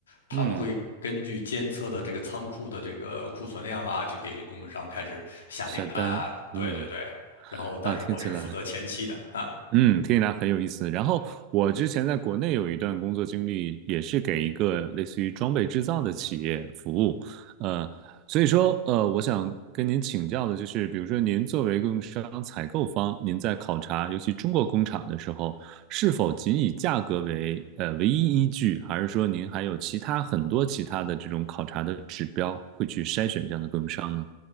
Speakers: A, on the left; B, on the right.
A: 他们会根据监测的这个仓库的这个库存量啊，
B: 嗯，
A: 就给供应商开始下订单啊。
B: 下单，
A: 对对对，
B: 嗯
A: 然后但是我是负责前期的啊。
B: 啊，听起来。嗯，听起来很有意思。然后我之前在国内有一段工作经历，也是给一个类似于装备制造的企业服务。呃，所以说，呃，我想跟您请教的就是，比如说您作为供应商采购方，您在考察尤其中国工厂的时候，是否仅以价格为呃唯一依据，还是说您还有其他很多其他的这种考察的指标会去筛选这样的供应商呢？